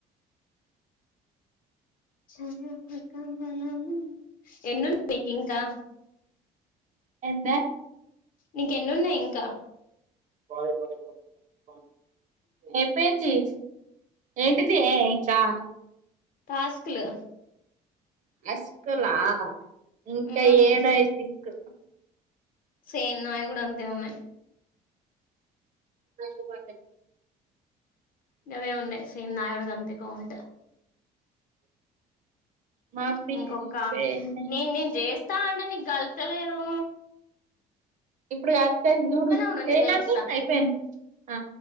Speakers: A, on the left; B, on the right.
A: చానా <unintelligible> ఎన్నునయ్ నీక్ ఇంకా
B: ఏందే
A: నీక్ ఎన్నున్నాయి ఇంకా
B: <unintelligible> అయిపోయింది. ఏంటిదే ఇంకా
A: టాస్క్లు
B: మెస్కులా ఇంకా
A: ఉమ్
B: ఏడైతే ఇంక్
A: సేమ్ నావి గూడా అంతే ఉన్నాయి.
B: నా పాత
A: గవే ఉన్నయ్ సేమ్ నావి గూడా గంతే కౌంట్.
B: మమ్మీ
A: ఇంకొక్కా
B: అయిపోయినాయి
A: నేన్ నేన్ చేస్తా అంటే నీకు గల్తలేదు.
B: ఇప్పుడు కల్స్తది జూడు
A: ఉండు
B: చెయ్యి
A: నేను
B: నాకు
A: చేస్తా
B: అయిపోయింది ఆ